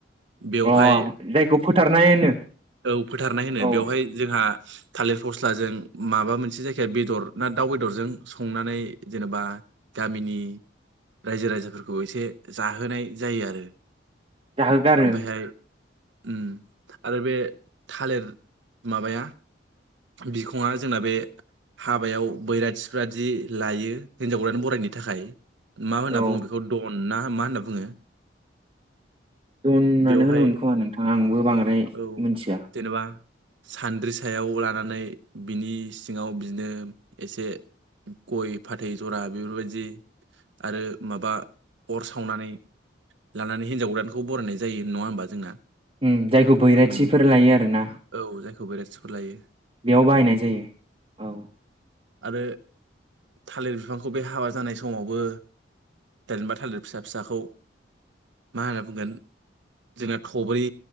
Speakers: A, on the right; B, on the right.
A: बेवहाय
B: अ जायखौ फोथारनाय होनो
A: औ फोथारनाय होनो
B: औ
A: बेवहाय जोंहा थालिर फस्लाजों माबा मोनसे जायखिया बेदर ना दाउ बेदरजों संनानै जेनबा गामिनि राइजो राजाफोरखौ एसे जाहोनाय जायो आरो
B: जाहोगारो
A: ओमफ्रायहाय उम आरो बे थालेर माबाया बिखङा जोंना बे हाबायाव बैराथिफ्रादि लायो हिनजाव गोदान बरायनो थाखाय मा ओनना
B: औ
A: बुङो बेखौ दन ना मा ओनना बुङो
B: दन
A: बेवहाय
B: नानो होनोमोनखोमा नोंथां आंबो बांद्राय
A: औ
B: मिथिया
A: जेनबा सानद्रि सायाव लानानै बिनि सिङाव बिदिनो एसे गय फाथै ज'रा बेफोरबायदि आरो माबा अर सावनानै लानानै हिनजाव गोदानखौ बरायनाय जायो नङा होमबा जोंना
B: उम जायखौ बैराथिफोर
A: उम
B: लायो आरो ना
A: औ जायखौ बैराथिफोर लायो
B: बेयाव बाहायनाय जायो औ
A: आरो थालिर बिफांखौ बे हाबा जानाय समावबो देनबा थालिर फिसा फिसाखौ मा होनना बुंगोन जोङा थब्रै